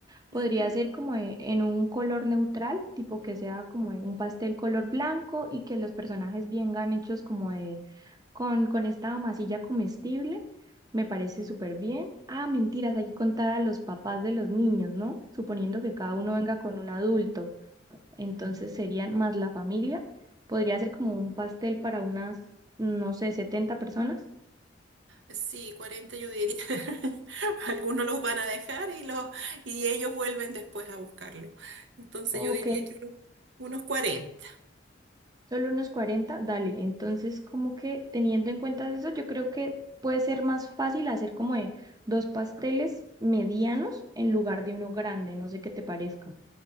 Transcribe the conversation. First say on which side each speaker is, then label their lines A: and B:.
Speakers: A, on the right; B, on the right.
A: podría
B: Ujú,
A: ser como e- en un color neutral, tipo que sea como un pastel color blanco y que los personajes vengan hechos como de con, con esta masilla comestible. Me parece súper bien. Ah, mentiras, hay que contar a los papás de los niños, ¿no? Suponiendo que cada uno venga con un adulto. Entonces
B: mm, mm.
A: serían más la familia. Podría ser como un pastel para unas, no sé, 70 personas.
B: Sí, 40 yo diría. <laughs> Algunos los van a dejar y, los, y ellos vuelven después a buscarlo. Entonces
A: Ok,
B: yo diría que unos, unos 40.
A: solo unos cuarenta dale. Entonces, como que teniendo en cuenta eso, yo creo que puede ser más fácil hacer como de dos pasteles medianos en lugar de uno grande. No sé qué te parezca.